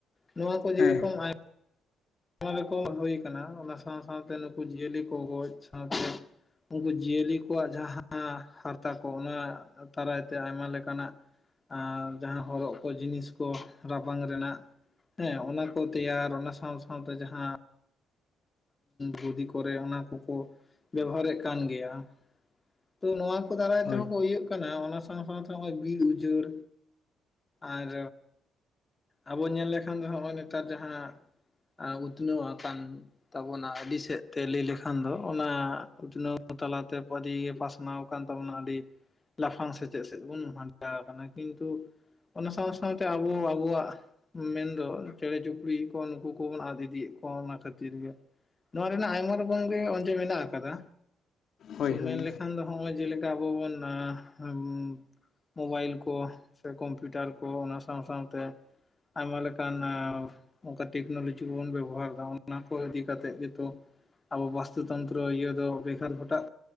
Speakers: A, on the left; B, on the left.
A: ᱱᱚᱣᱟ᱾ ᱠᱚ ᱤᱫᱤ
B: ᱦᱮᱸ
A: ᱠᱟᱛᱚᱝ ᱟᱭ ᱟᱭᱢᱟ ᱨᱚᱠᱚᱢ ᱦᱩᱭ ᱠᱟᱱᱟ ᱚᱱᱟ ᱥᱟᱶ ᱥᱟᱶᱛᱮ ᱱᱩᱠᱩ ᱡᱤᱭᱟᱹᱞᱤ ᱠᱚ ᱜᱚᱡ ᱥᱟᱶᱛᱮ᱾ ᱩᱱᱠᱩ ᱡᱤᱭᱟᱹᱞᱤ ᱠᱚᱣᱟᱜ ᱡᱟᱦᱟᱸ ᱦᱟᱨᱟᱛᱟ ᱠᱚ ᱱᱚᱣᱟ ᱫᱟᱨᱟᱭᱛᱮ ᱟᱭᱢᱟ ᱞᱮᱠᱟᱱᱟᱜ ᱟᱨ ᱡᱟᱦᱟᱸ ᱦᱚᱨᱚᱜ ᱠᱚ ᱡᱤᱱᱤᱥ ᱠᱚ ᱨᱟᱵᱟᱝ ᱨᱮᱱᱟᱜ᱾ ᱦᱮᱸ ᱚᱱᱟ ᱠᱚ ᱛᱮᱭᱟᱨ ᱚᱱᱟ ᱥᱟᱶ ᱥᱟᱶᱛᱮ ᱡᱟᱦᱟᱸ ᱜᱩᱫᱤ ᱠᱚᱨᱮ ᱚᱱᱟ ᱠᱚᱠᱚ ᱵᱮᱵᱟᱨᱮᱫ ᱠᱟᱱ ᱜᱮᱭᱟ᱾ ᱛᱚ ᱱᱚᱶᱟ ᱠᱚ ᱫᱟᱨᱟᱭ
B: ᱦᱳᱭ
A: ᱛᱮᱦᱚᱸ ᱠᱚ ᱳᱭᱟᱜ ᱠᱟᱱᱟ, ᱟᱱᱟ ᱥᱟᱶ ᱥᱟᱶᱛᱮ ᱱᱚᱜ-ᱚᱭ ᱵᱤᱨ ᱩᱡᱟᱹᱲ ᱟᱨ ᱟᱵᱚ ᱧᱮᱞ ᱞᱮᱠᱷᱟᱱ ᱫᱚ ᱱᱚᱜᱼᱚᱭ ᱱᱮᱛᱟᱨ ᱡᱟᱦᱟᱸ ᱩᱛᱱᱟᱹᱣ ᱟᱠᱟᱱ᱾ ᱛᱟᱵᱚᱱᱟ ᱟᱹᱰᱤ ᱥᱮᱫ ᱛᱮ ᱞᱟᱹᱭ ᱞᱮᱠᱷᱟᱱ ᱫᱚ ᱚᱱᱟ ᱩᱛᱱᱟᱹᱣ ᱛᱟᱞᱟᱛᱮ <unintelligible> ᱯᱟᱥ ᱯᱟᱥᱱᱟᱣ ᱠᱟᱱ ᱛᱟᱵᱚᱱᱟ ᱟᱹᱰᱤ ᱞᱟᱯᱷᱟᱝ ᱥᱮ ᱪᱮᱫ ᱥᱮᱫ ᱵᱚᱱ <unintelligible> ᱠᱟᱱᱟ, ᱠᱤᱱᱛᱩ ᱚᱱᱟ ᱥᱟᱶ ᱥᱟᱶᱛᱮ ᱟᱵᱚ ᱟᱵᱚᱣᱟᱜ ᱢᱮᱱᱫᱚ ᱪᱮᱬᱮ ᱪᱩᱯᱲᱤ ᱠᱚ ᱱᱩᱠᱩ ᱠᱚᱵᱚᱱ ᱟᱫ ᱤᱫᱤᱭᱮᱫ ᱠᱚᱣᱟ ᱚᱱᱟ ᱠᱷᱟᱹᱛᱤᱨ ᱜᱮ᱾ ᱱᱚᱣᱟ ᱨᱮᱱᱟᱜ ᱟᱭᱢᱟ ᱨᱚᱠᱚᱢ ᱜᱮ ᱚᱡᱮ ᱢᱮᱱᱟᱜ ᱟᱠᱟᱫᱟ,
B: ᱦᱳᱭ
A: ᱛᱚ
B: ᱦᱳᱭ
A: ᱢᱮᱱ ᱞᱮᱠᱷᱟᱱ ᱫᱚ᱾ ᱱᱚᱜᱼᱚᱭ ᱡᱮᱞᱮᱠᱟ ᱟᱵᱚ ᱵᱚᱱ ᱟ ᱟᱢ᱾ ᱢᱳᱵᱟᱭᱤᱞ ᱠᱚ ᱥᱮ ᱠᱚᱢᱯᱤᱭᱩᱴᱟᱨ ᱠᱚ ᱚᱱᱟ ᱥᱟᱶ ᱥᱟᱶᱛᱮ᱾ ᱟᱭᱢᱟ ᱞᱮᱠᱟᱱ ᱚᱱᱠᱟ ᱴᱮᱠᱱᱳᱞᱚᱡᱤ ᱵᱚᱱ ᱵᱮᱵᱚᱦᱟᱨ ᱫᱟ ᱚᱱᱟ ᱠᱚ ᱟᱰᱤ ᱠᱟᱛᱮᱫ ᱜᱮᱛᱚ ᱟᱵᱚ ᱵᱟᱥᱛᱩ ᱛᱚᱱᱛᱨᱚ ᱤᱭᱟᱹ ᱫᱚ ᱵᱮᱜᱟᱨ ᱜᱚᱴᱟᱜ